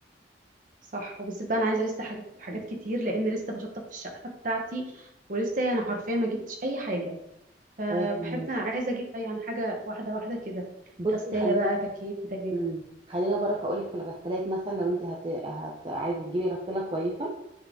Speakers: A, on the right (about 45°); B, on the right (about 30°).
A: صح وبالذات بقى انا عايزه لسه حاجات حاجات كتير لان لسه بشطب في الشقه بتاعتي ولسه يعني حرفيا ما جبتش اي حاجه فبحب
B: اه يعني
A: انا عايزه اجيب اي يعني حاجه واحده واحده كده
B: بصي
A: غساله
B: خلي
A: بقى تكييف بوتاجاز
B: امم خلينا برك اقول لك في الغسالات مثلا لو انت هت... هت... عايزه تجيبي غساله كويسه